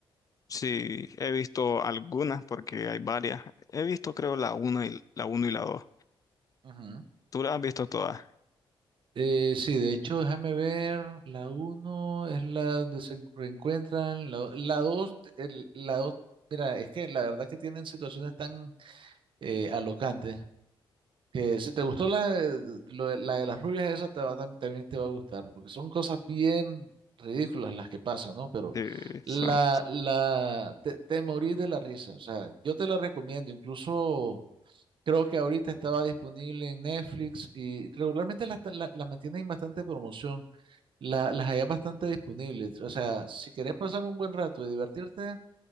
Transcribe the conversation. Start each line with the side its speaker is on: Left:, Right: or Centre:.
Left: Sí, he visto algunas porque hay varias. He visto creo la 1 y la uno y la dos
Right: Ujú.
Left: ¿Tú las has visto todas?
Right: Eh, sí, de hecho, déjame ver, la uno es la donde se reencuentran, la, do- la 2. el- la 2, mira, es que la verdad que tienen situaciones tan eh, alocantes, que si te gustó la, de- lo de- la de las rubias, esa te va tam- también te va a gustar, porque son cosas bien ridículas las que pasan, ¿no? Pero
Left: Sí,
Right: la,
Left: son,
Right: la, te, te morís de la risa, o sea, yo te la recomiendo, incluso... Creo que ahorita estaba disponible en Netflix y regularmente las, ta- la- las mantienen en bastante promoción, la- las hay bastante disponibles. O sea, si querés pasar un buen rato y divertirte,